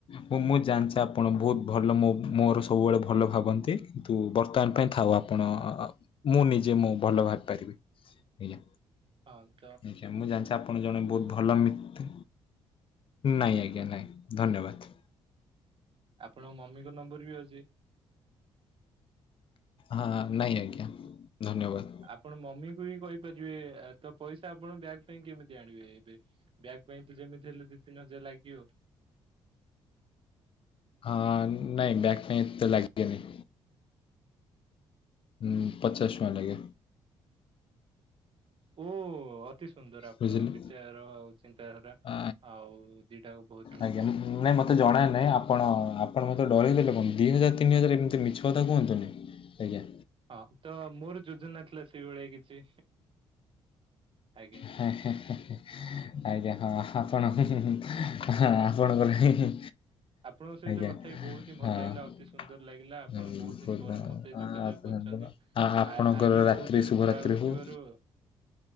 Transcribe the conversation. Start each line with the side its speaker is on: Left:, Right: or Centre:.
Left: ମୁଁ ମୁଁ ଜାଣିଚି ଆପଣ ବୋହୁତ ଭଲ ମୋ ମୋର ସବୁବେଳେ ଭଲ ଭାବନ୍ତି। କିନ୍ତୁ ବର୍ତ୍ତମାନ ପାଇଁ ଥାଉ ଆପଣ ମୁଁ ନିଜେ ମୋ ଭଲ ଭାବିପାରିବି ଆଜ୍ଞା।
Right: ହଲ୍
Left: ଆଜ୍ଞା ମୁଁ ଜାଣିଚି ଆପଣ ଜଣେ ବୋହୁତ ଭଲ ମିତ୍ ନାଇଁ ଆଜ୍ଞା ନାଇଁ ଧନ୍ୟବାଦ।
Right: ଆପଣ ମମିଙ୍କ ନମ୍ବର ବି ଅଛି।
Left: ହଁ ନାଇଁ ଆଜ୍ଞା ଧନ୍ୟବାଦ।
Right: ଆପଣ ମମିକୁ ବି କହିପାରିବେ ତ ପଇସା ଆପଣ ବ୍ୟାକ୍ ପାଇଁ କେମିତି ଆଣିବେ ଏବେ ବ୍ୟାକ୍ ପାଇଁ ତ ଯେମିତି ହେଲେ ଦି ତିନି ହଜାର ଲାଗିବ।
Left: ହଁ ନାଇଁ ବ୍ୟାକ୍ ପାଇଁ ଏତେ ଲାଗେନି। ହୁଁ ପଚାଶ ଟଙ୍କା ଲାଗିବ।
Right: ଉଁ ଅ କି ସୁନ୍ଦର ଆପଣଙ୍କ
Left: ବୁଝିଲେ।
Right: ବିଚାର ଆଉ ଚିନ୍ତାଧାରା
Left: ଆ,
Right: ଆଉ ଦିଟା ବୋହୁତ
Left: ଆଜ୍ଞା ନାଇଁ ମତେ ଜଣା ନାଇଁ ଆପଣ ଆପଣ ମ ତ ଡରେଇ ଦେଲେ କଣ ଦୁଇ ହଜାର ତିନି ହଜାର ଏମିତି ମିଛ କଥା କୁହନ୍ତୁନି ଆଜ୍ଞା।
Right: ହଁ ତ ମୋର ଯୋଜନା ଥିଲା ସେଇଭଳିଆ କିଛି ଆଜ୍ଞା।
Left: ହେଁ ହେଁ ହେଁ। ଆଜ୍ଞା ହଁ ଆପଣ ହୁଁ ହୁଁ ଆପଣଙ୍କର ହେଁ ହେଁ।
Right: ଆପଣଙ୍କ ସହିତ
Left: ଆଜ୍ଞା
Right: କଥା ହେଇ ବହୁତ ହିଁ ଭଲ
Left: ହଁ
Right: ଲାଗିଲା ଅତି ସୁନ୍ଦର ଲାଗିଲା ଆପଣ
Left: <unintelligible>
Right: ବହୁତ ଦିନ ପରେ ମତେ ଯୋଗାଯୋଗ କରିଛନ୍ତି।
Left: ଆ ଆପଣଙ୍କର
Right: ଆ ଆଜି ବହୁତ
Left: ରାତ୍ରି
Right: ଜୋର
Left: ଶୁଭରାତ୍ରି
Right: ଖରା ହୋଇଥିବାରୁ
Left: ହଉ।